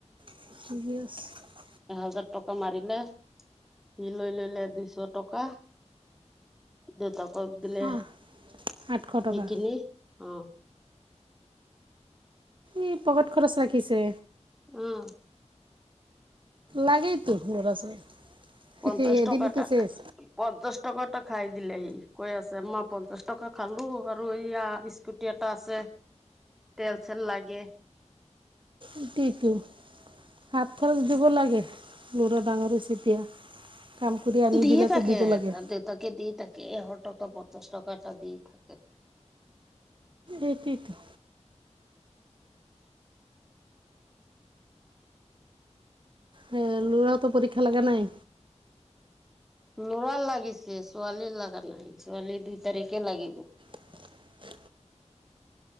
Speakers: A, on the right; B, in the centre.
A: <unintelligible>
B: হাজাৰ টকা মাৰিলে, সি লৈ ললে দুইশ টকা। দেউতাকক দিলে
A: অঁ আঠশ টকা
B: কিনি উম।
A: এই পকেত খৰচ ৰাখিছে।
B: উহ।
A: লাগেইতো ল'ৰা ছোৱালী।
B: পঞ্চাশ
A: এদিনতে
B: টকা তাক
A: চেছ
B: পঞ্চাশ টকা টা খাই দিলে সি কৈ আছে মা পঞ্চাশ টকা খালো আৰু এইয়া স্কুটি এটা আছে তেল চেল লাগে।
A: ইটো - ইটো। হাত খৰচ দিব লাগে ল'ৰা ডাঙৰ হৈ এতিয়া। কাম কৰি আনি
B: দিয়ে
A: দিলেতো
B: থাকে
A: দিব লাগে
B: তাহাৰ দেউতাকে দি থাকে হ টকা পঞ্চাছ টকা এটা দি থাকে।
A: এইটোৱেটো। হে ল'ৰাওতো পৰীক্ষা লাগা নাই?
B: ল'ৰাৰ লাগিছে ছোৱালীৰ লাগা নাই ছোৱালী দুই তাৰিখে লাগিব।
A: <inaudible>